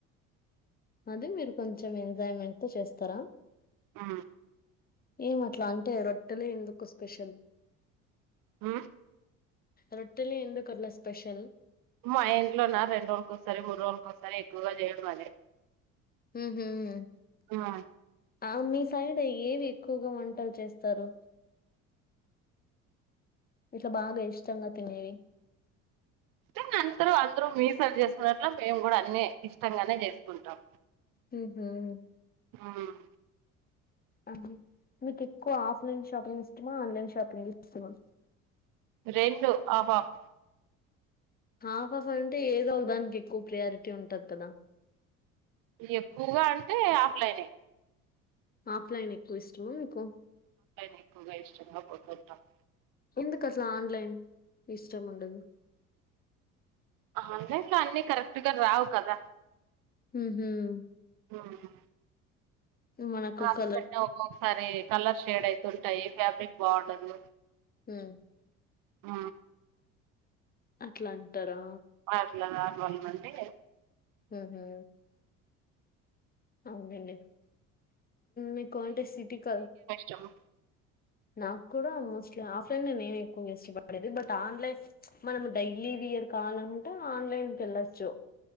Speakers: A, on the left; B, on the right.
A: అదే మీరు కొంచెం ఎంజాయ్మెంట్ తో చేస్తారా
B: ఆ
A: ఏం అట్లా అంటే రొట్టెలే ఎందుకు స్పెషల్
B: ఆ
A: రొట్టెలె ఎందుకర్లా స్పెషల్
B: మో మా ఇంట్లో ఉన్న రెండు రోజులకోసారి, మూడు రోజులకోసారి ఎక్కువగా చేయడం అదే
A: ఉహుహ్మ్
B: ఉమ్
A: ఆవ్ మీ సైడ్ ఏవి ఎక్కువగా వంటలు చేస్తారు. ఇట్లా బాగా ఇష్టంగా తినేవి
B: అంటే అందరూ అందరూ మీ సైలు చేసుకున్నట్లే మేము కూడా అన్నే ఇష్టంగానే చేసుకుంటాం
A: ఉహుహ్మ్
B: అవునా
A: అమ్మీ మీకి ఎక్కువగా ఆఫ్లైన్ షాపింగ్ ఇష్టమా ఆన్లైన్ షాపింగ్ ఇష్టమా
B: రెండు హాఫ్ హాఫ్
A: హాఫ్ హాఫ్ అంటే ఏదో ఒక దానికి ఎక్కువ ప్రియారిటీ ఉంటది కదా
B: ఇది ఎక్కువగా అంటే ఆఫ్లైనే
A: ఆఫ్లైన్ ఎక్కువ ఇష్టమా మీకు
B: టైం ఎక్కువగా ఇష్టంగా కొంటుంటామ్
A: ఎందుకు అసలు ఆన్లైన్ ఇష్టం ఉండదు
B: ఆన్లైన్ లో అన్నీ కరెక్ట్ గా రావు కదా
A: ఉహుహ్మ్
B: నవునా
A: మనకు
B: క్లాత్
A: కలర్
B: పెట్టే ఒక్కొక్కసారి కలర్ షేడ్ అయితుంటాయి ఫ్యాబ్రిక్ బావుండదు.
A: హ్మ్
B: ఆ
A: అట్లా అంటారా
B: అట్లా నార్మల్ వి మంటే
A: సరే అవునండె మీకు అంటే సిటీ క
B: చెమ్
A: నాకు కూడా మోస్ట్లీ ఆఫ్లైన్ లో నేను ఎక్కువగా ఇష్టపడేది. బట్ ఆన్లైప్ మనం డైలీ వియర్ కావాలంటే ఆన్లైన్కిళ్ళొచ్చు.